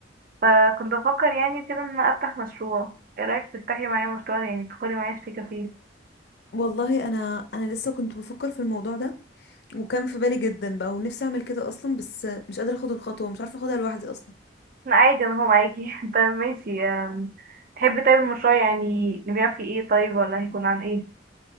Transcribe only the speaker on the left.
والله انا انا لسه كنت بفكر في الموضوع ده وكان في بالي جدا بقى ونفسي اعمل كده اصلا بس مش قادره اخد الخطوه مش عارفه اخدها لوحدي اصلا